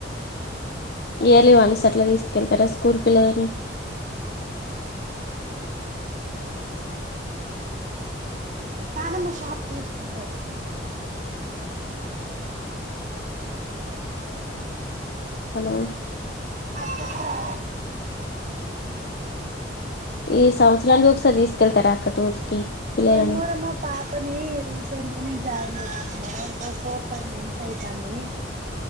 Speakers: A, on the left; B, on the right.
A: ఇయర్లీ వన్స్ అట్లా తీసుకెళ్తారా స్కూల్ పిల్లలని
B: నన షాప్ కస్ కొతు తటుపో
A: హలో
B: చెప్పు రా
A: ఈ సౌ ఇయర్లీ ఒకసారి తీసుకెళ్తార అక్క టూర్స్ కి పిల్లలని
B: ఏమో రమ్మ పాపని రీసెంట్ గనే జాయిన్ చేపిచ్చిన ఒక ఫోర్ ఫైవ్ మంత్స్ అయితాంది